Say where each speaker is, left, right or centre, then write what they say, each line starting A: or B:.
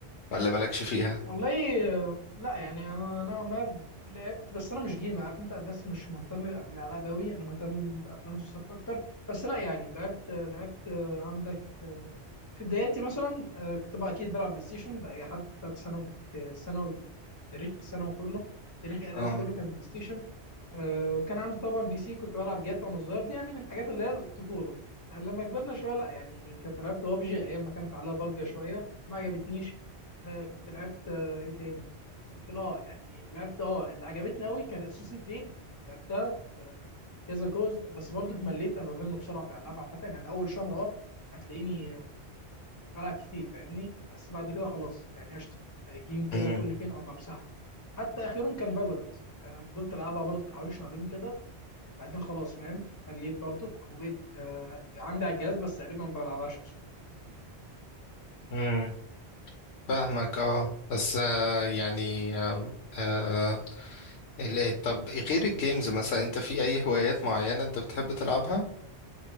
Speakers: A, on the left; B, on the left.
A: ولا مالكش فيها
B: والله آه، لا يعني انا نوعا ما لعبت بس انا مش جيمر عارف انت الناس مش مهتمه بالالعاب قوي انا مهتم بافلام المسلسلات اكتر بس لا يعني لعبت لعبت آه، عندك آه، في بداياتي مثلا آه، كنت بقى اكيد بلعب بلاي ستيشن ده اي حد بتاعت ثانوي في ثانوي تاريخ ثانوي كله تاريخ اعدادي
A: اه
B: كله كان بلاي ستيشن آه، كان عندي طبعا بي سي كنت بلعب جاتا وانا صغير دي يعني من الحاجات اللي هي الطفوله يعني لما كبرنا شويه لا يعني كنت لعبت بابجي ايام ما كانت عليها ضجه شويه ما عجبتنيش آه كنت لعبت آه ايه تاني كنت لا يعني لعبت اه اللي عجبتني قوي كان اساسن كريد انا لعبتها ب- كذا جزء بس برضه اتمليت انا بمل بسرعه بالالعاب عامه يعني اول شهر اه هتلاقيني بلعب كتير فاهمني بس بعد كده خلاص يعني قشطه آه، جيم كده
A: امم
B: كل فين او بمسحها حتى اخرهم كان فالورنت فضلت العبها برضه حوالي شهرين كده بعدين خلاص فاهم مليت برضك وبقيت آه، عندي على الجهاز بس تقريبا ما بلعبهاش اصلا
A: امم فاهمك اه بس آه، يعني آم، آه ال- طب غير الجيمز مثلا انت في اي هوايات معينه انت بتحب تلعبها